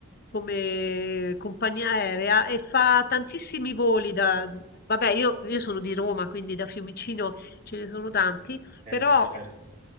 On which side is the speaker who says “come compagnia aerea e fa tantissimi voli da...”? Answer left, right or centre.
Left